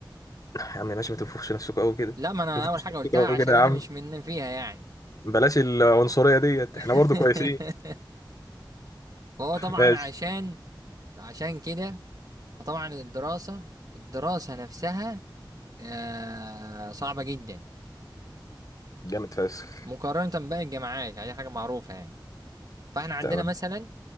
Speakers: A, on the left (about 45°); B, on the right (about 50°).
A: يا عم ماشي ما تنفخش نفسكوا قوي كده
B: لا ما انا
A: ما تنفخش
B: اول حاجه
A: نفسكوا
B: قلتها
A: قوي
B: عشان
A: كده يا
B: انا
A: عم
B: مش من فيها يعني
A: بلاش العنصريه ديت احنا
B: <laughs>
A: برضو كويسين
B: فهو طبعا
A: ماشي
B: عشان عشان كده فطبعا الدراسه الدراسه نفسها آه صعبه جدا
A: جامد فشخ
B: مقارنه بقى الجامعات يعني دي حاجه معروفه يعني فاحنا عندنا
A: تمام
B: مثلا